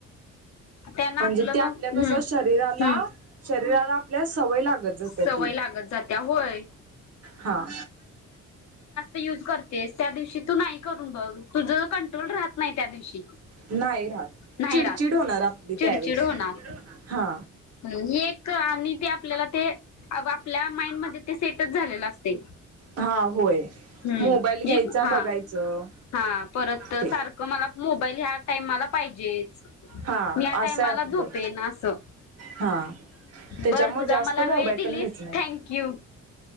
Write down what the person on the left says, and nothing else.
त्यांना
आपलं
मग हम्म
हम्म
सवय
लागत जात्या होय.
य करतेस त्या दिवशी तू नाही करून बघ तुझ कंट्रोल राहत नाही. त्या दिवशी
नाही
राहत
चिडचिड
होणार.
ही आणि ते आपल्याला ते आपल्या माइंड म ते सेटच झालेलं असते.
ह
ज हा
हा परत
सारखं मला मोबाईल ह्या टाइमाला पाहिजेच
ह टामाला
झोपेन असं.
बरं तुझा
म्हाला
वेळ दिलीस
थँंक यू